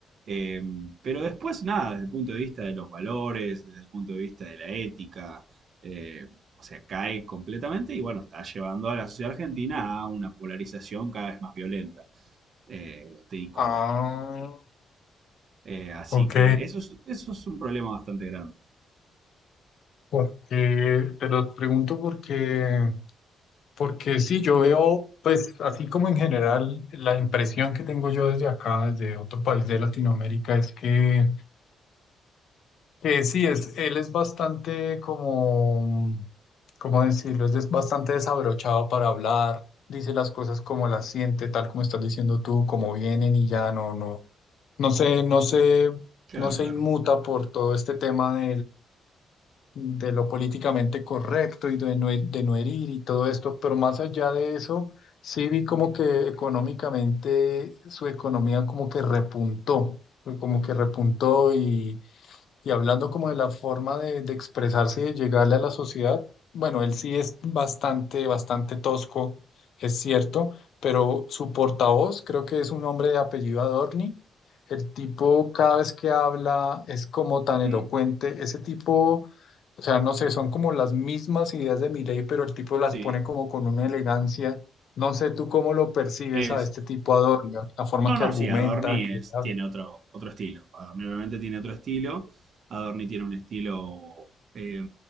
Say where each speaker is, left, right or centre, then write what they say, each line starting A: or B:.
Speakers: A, on the right (about 55°); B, on the left (about 65°).
A: Eh, pero después, nada, desde el punto de vista de los valores, desde el punto de vista de la ética, eh, o sea, cae completamente y bueno, está llevando a la sociedad argentina a una polarización cada vez más violenta. eh, de- con-
B: Ah,
A: con- eh, así
B: ok,
A: que eso es, eso es un problema bastante grande.
B: Porque te lo pregunto porque, porque sí, yo veo, pues así como en general, la impresión que tengo yo desde acá, desde otro país de Latinoamérica, es que, que sí, es, él es bastante como, ¿cómo decirlo? Es des- bastante desabrochado para hablar, dice las cosas como las siente, tal como estás diciendo tú, como vienen y ya no, no, no sé, no sé,
A: Claro,
B: no se
A: claro.
B: inmuta por todo este tema de lo políticamente correcto y de no, he- de no herir y todo esto, pero más allá de eso, sí vi como que económicamente su economía como que repuntó, fue como que repuntó y y hablando como de la forma de, de expresarse y de llegarle a la sociedad, bueno, él sí es bastante, bastante tosco, es cierto, pero su portavoz creo que es un hombre de apellido Adorni. El tipo cada vez que habla es como tan
A: Ujú,
B: elocuente. Ese tipo, o sea, no sé, son como las mismas ideas de Milei, pero el tipo las
A: Sí.
B: pone como con una elegancia. No sé tú cómo lo percibes
A: Es.
B: a este tipo Adorni, la forma
A: No,
B: que
A: no,
B: argumenta,
A: sí, Adorni
B: que
A: es,
B: habla.
A: tiene otro, otro estilo. Adorni obviamente tiene otro estilo. Adorni tiene un estilo. eh,